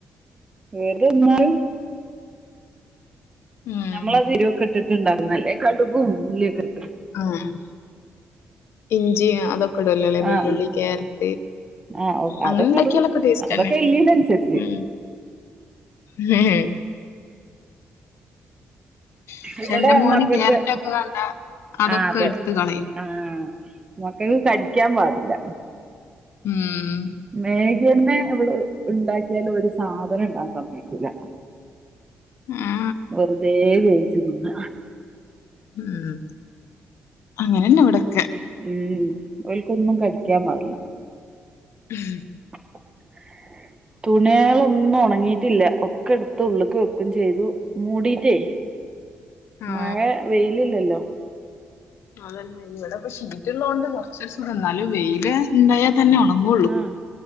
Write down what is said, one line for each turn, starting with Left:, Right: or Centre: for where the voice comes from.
Right: വേറന്നാലും
Left: ഉം
Right: മ്മളത് ഇരിവക്കെ ഇട്ടുണ്ടാവുന്ന അല്ലേ കഘടുകും ഉുള്ളിയൊക്കെ ഇട്ടി-
Left: ആഹ് ഇഞ്ചി അതൊക്കെ ഇടുല്ലോല്ലേ വെല്ലുളി
Right: ആഹ്
Left: ക്യാരറ്റ്
Right: ആഹ്
Left: അങ്ങനെ
Right: അതൊക്കെ
Left: ണ്ടാക്കിയാലൊക്കെ
Right: ഇടും
Left: ടേസ്റ്റ്
Right: അതൊക്കെ
Left: തന്നെ
Right: എല്ലിനനുസരിച്ച്
Left: ഉം ഹെഹെ പക്ഷെ
Right: ഇവിടെ
Left: എന്റെ മോന്
Right: മക്കൾക്ക്-
Left: ക്യാരറ്റ് ഒക്കെ കണ്ട അതൊക്കെ
Right: ആഹ് അതെ
Left: എടുത്ത് കളയും
Right: ആ മക്കക്ക് കടിക്കാൻ പാടില്ല
Left: ഉം
Right: മേഘി ന്നെ ഇവിടെ ണ്ടാക്കിയാലും ഒരു സാധനം ഇടാൻ സഭവിക്കൂല്ല
Left: ആ
Right: വെറുതെ വേവിച്ചു തിന്ന
Left: ഉം അങ്ങനെന്നെ ഇവിടക്കെ
Right: ഉം ഓൾക്കോന്നും കടിക്കാൻ പാടില്ല
Left: ഉം
Right: <unintelligible> തുണിയാളൊന്നും ഉണങ്ങിയിട്ടില്ല ഒക്കെ എടുത്ത് ഉള്ളേക്ക് വെക്കയും ചെയ്തു മൂടിട്ടേ
Left: ആ
Right: മഴ വെയിലില്ലല്ലോ
Left: അതല്ലേ ഇവിടെ ഇപ്പ ഷീറ്റ്ള്ളതത് കൊണ്ട് കുറച്ച്സുഖം എന്നാലും വെയില് ണ്ടായ തെന്നെ നങ്ങും
Right: ആഹ്